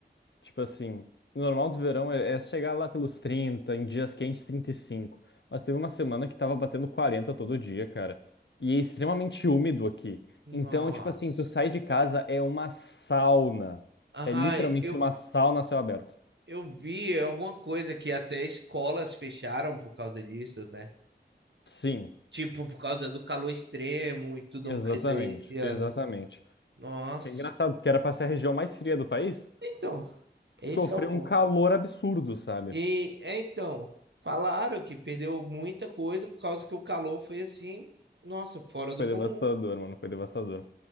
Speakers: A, on the left; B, on the right.
A: Tipo assim, o normal do verão é, é chegar lá pelos trinta em dias quentes trinta e cinco Mas teve uma semana que tava batendo 40 todo dia, cara. E é extremamente úmido aqui.
B: Nossa.
A: Então, tipo assim, tu sai de casa é uma sauna.
B: Ai,
A: É literalmente
B: eu,
A: uma sauna a céu aberto.
B: eu vi alguma coisa que até escolas fecharam por causa disso, né?
A: Sim,
B: Tipo, por causa do calor extremo e tudo
A: exatamente,
B: mais aí esse ano.
A: exatamente.
B: Nossa.
A: É engraçado, porque era pra ser a região mais fria do país,
B: Então, esse
A: sofreu
B: é o ponto.
A: um calor absurdo, sabe?
B: E é, então, falaram que perdeu muita coisa por causa que o calor foi assim, nossa, fora do
A: Foi
B: comum.
A: devastador, mano, foi devastador.